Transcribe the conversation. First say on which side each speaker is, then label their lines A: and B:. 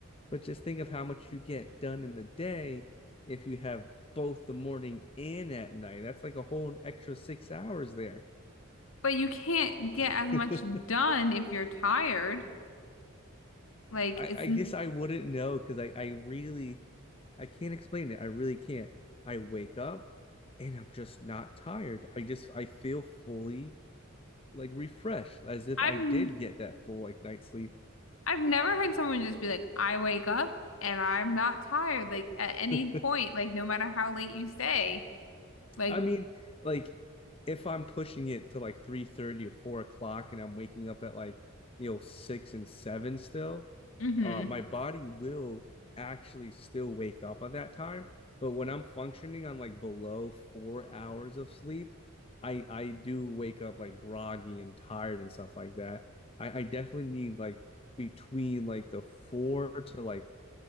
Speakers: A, on the left; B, on the left.
A: But just think of how much you get done in the day if you have both the morning and at night. That's like a whole extra six hours there.
B: But you can't get
A: <laughs>
B: as much
A: I,
B: done if you're tired. Like
A: I
B: it's
A: guess I wouldn't know because I, I really I can't explain it. I really can't. I wake up and I'm just not tired. I just I feel fully like refreshed as if
B: I've
A: I did get that full like night sleep.
B: I've never heard someone just be like, I wake up and I'm not tired, like at any
A: <laughs>
B: point, like no matter how late you stay. Like,
A: I mean, like if I'm pushing it to like three thirty or four o'clock, and I'm waking up at like you know six and seven still,
B: mm-hmm.
A: uh, my body will actually still wake up at that time. But when I'm functioning on like below four hours of sleep, I I do wake up like groggy and tired and stuff like that. I, I definitely need like between like the four to like